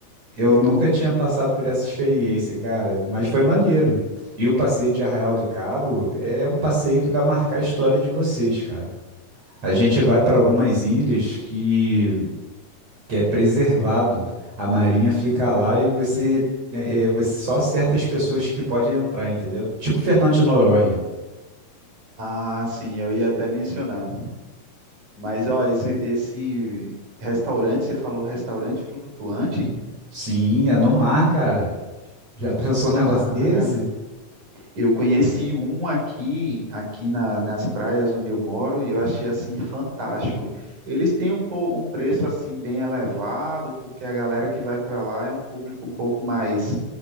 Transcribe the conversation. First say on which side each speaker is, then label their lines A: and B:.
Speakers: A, on the right; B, on the right.
A: eu nunca tinha passado por essa experiência, cara, mas foi maneiro. E o passeio de Arraial do Cabo é um passeio que vai marcar a história de vocês, cara. A gente vai para algumas ilhas que que é preservado. A marinha fica lá e você, é, é, é, você- só certas pessoas que podem entrar, entendeu? Tipo Fernando de Noronha.
B: Ah, sim, eu ia até mencionar. Mas, ó, esse, esse restaurante, você falou restaurante flutuante?
A: Sim, é no mar, cara. Já <laughs> pensou num negócio
B: Cara.
A: desse?
B: Eu conheci um aqui, aqui na- nas praias onde eu moro, e eu achei assim fantástico. Eles têm um, po- um preço assim bem elevado, porque a galera que vai para lá é um público um pouco mais